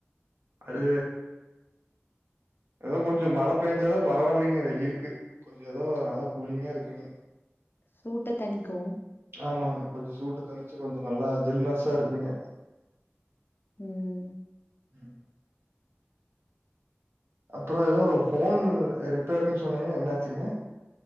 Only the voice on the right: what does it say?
அது ஏதோ கொஞ்சோ மழை பேஞ்சாதா பரவாயில்லைங்க வெயிலுக்கு கொஞ்சோ ஏதோ நல்ல கூலிங்கா இருக்குங்க
ஆமாங்க கொஞ்சோ சூட்டு தணிச்சு கொஞ்சோ நல்லா ஜில்னஸ்ஸா இருக்குங்க
ம் அப்பறோ ஏதோ ஃபோன் ரிப்பேர்ன்னு சொன்னீங்க என்னாச்சுங்க